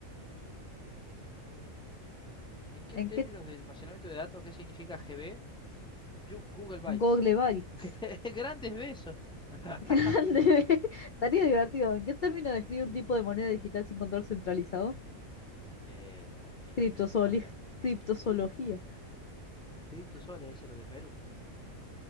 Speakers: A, in the centre; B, on the left.
A: ¿En qué
B: ¿En
A: términos
B: qué
A: de almacenamiento de datos, qué significa GB? <laughs> Yo- Google Bytes.
B: Google Bytes?
A: <laughs> Grandes besos. <laughs>
B: Grande. <laughs> Estaría divertido. ¿En qué término describe
A: Sí.
B: un tipo de moneda digital sin control centralizado?
A: Eh, la- y
B: Criptozoli-
A: las criptomonedas.
B: Criptozoología.
A: Criptosoles, eso es lo de Perú.